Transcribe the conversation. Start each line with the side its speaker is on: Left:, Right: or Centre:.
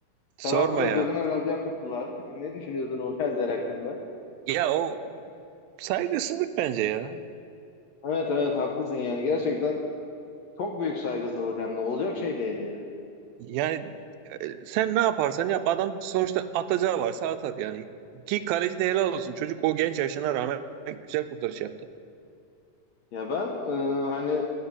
Right: Sorma
Left: Penaltıda
Right: ya.
Left: gözüne lazer tuttular. <laughs> Ne düşünüyorsun o lazer hakkında?
Right: Ya o saygısızlık bence ya.
Left: Evet evet haklısın yani. Gerçekten çok büyük saygısızlık hem de. Olacak şey değil ya.
Right: Yani e, sen ne yaparsan yap adam sonuçta atacağı varsa atar yani. Ki kaleci de helal olsun. Çocuk o genç yaşına rağmen güzel kurtarış yaptı.
Left: Ya ben e, hani